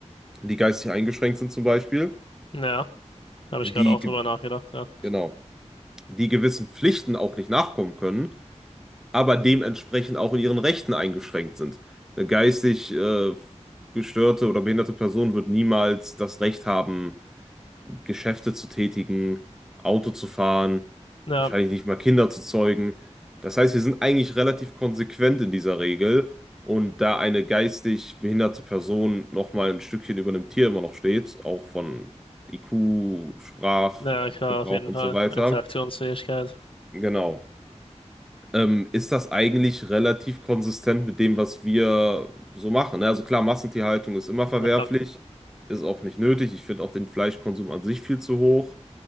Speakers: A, in the centre; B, on the left.
A: die geistig eingeschränkt sind zum Beispiel,
B: Ja, habe
A: die,
B: ich gerade auch
A: ge-
B: drüber nachgedacht, ja.
A: genau, die gewissen Pflichten auch nicht nachkommen können, aber dementsprechend auch in ihren Rechten eingeschränkt sind. Eine geistig äh, gestörte oder behinderte Person wird niemals das Recht haben, Geschäfte zu tätigen, Auto zu fahren,
B: Ja,
A: wahrscheinlich nicht mal Kinder zu zeugen. Das heißt, wir sind eigentlich relativ konsequent in dieser Regel. Und da eine geistig behinderte Person nochmal ein Stückchen über einem Tier immer noch steht, auch von IQ, Sprachgebrauch
B: ja, klar, auf jeden
A: und
B: Fall.
A: so weiter,
B: Interaktionsfähigkeit.
A: genau, ähm, ist das eigentlich relativ konsistent mit dem, was wir so machen. ne? Also klar, Massentierhaltung ist immer verwerflich,
B: Ja,
A: ist auch nicht nötig. Ich finde auch den Fleischkonsum an sich viel zu hoch.